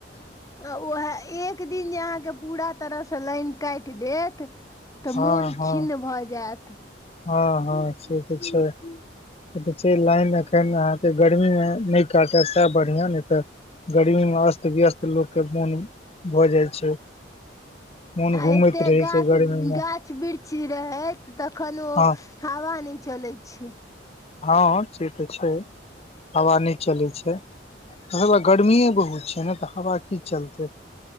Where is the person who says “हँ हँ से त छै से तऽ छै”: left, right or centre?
Left